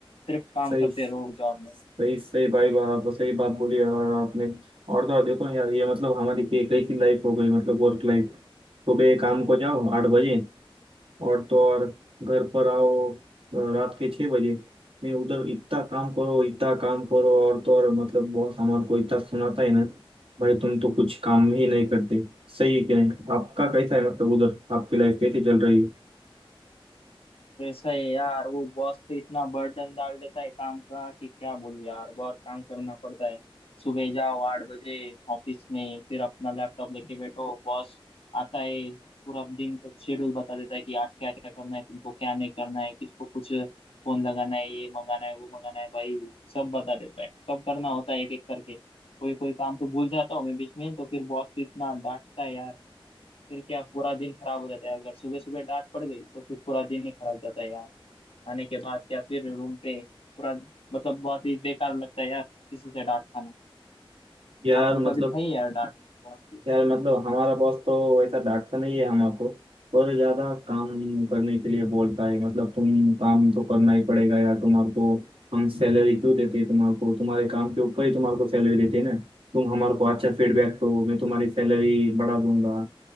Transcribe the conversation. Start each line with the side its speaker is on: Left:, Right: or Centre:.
Left: सिर्फ काम
Right: सही
Left: करते रहो जॉब में
Right: सही सही भाई बात आपको सही बात बोली यार आपने और तो और देखो ना यार ये मतलब हमारी एक ऐसी लाइफ हो गई मतलब वर्क लाइफ सुबह काम को जाओ आठ बजे और तो और घर पर आओ अ, रात के छः बजे मैं उधर इतना काम करो इतना काम करो और तो और मतलब बॉस हमारे को इतना सुनाता है ना भाई तुम तो कुछ काम ही नहीं करते सही है कि नहीं आपका कैसा है मतलब उधर आपकी लाइफ कैसी चल रही है
Left: कैसा है यार वो बॉस तो इतना बर्डन डाल देता है काम का कि क्या बोलूं यार बहुत काम करना पड़ता है सुबह जाओ आठ बजे ऑफिस में फिर अपना लैपटॉप लेके बैठो बॉस आता है पूरा दिन का शेड्यूल बता देता है कि आज क्या क्या करना है तुमको क्या नहीं करना है किसको कुछ फोन लगाना है ये मंगाना है वो मंगाना है भाई सब बता देता है सब करना होता है एक एक करके कोई कोई काम तो भूल जाता हूँ मैं बीच में तो फिर बॉस तो इतना डांटता है यार फिर क्या पूरा दिन खराब हो जाता है अगर सुबह सुबह डांट पड़ गई तो फिर पूरा दिन ही खराब जाता है यार आने के बाद या फिर रूम पे पूरा मतलब बहुत ही बेकार लगता है यार किसी से डांट खाना
Right: यार
Left: आपने
Right: मतलब
Left: कभी खाई है यार डांट बॉस की
Right: यार मतलब हमारा बॉस तो वैसा डांटता नहीं है हमारे पर ज्यादा काम करने के लिए बोलता है मतलब तुम काम तो करना ही पड़ेगा यार तुम्हारे को हम सैलरी क्यों देते हैं तुम्हारे को तुम्हारे काम के ऊपर ही तुम्हारे को सैलरी देते हैं ना तुम हमारे को अच्छा फीडबैक दो मैं तुम्हारी सैलरी बढ़ा दूंगा